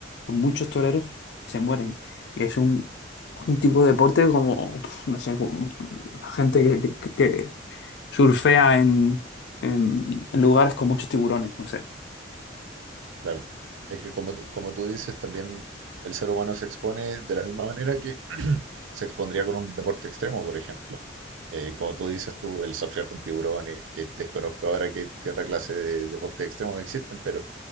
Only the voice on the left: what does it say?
muchos toreros se mueren. Es un, un tipo de deporte como, pf, no sé, como la gente que, que- que surfea en, en- en lugares con muchos tiburones, no sé.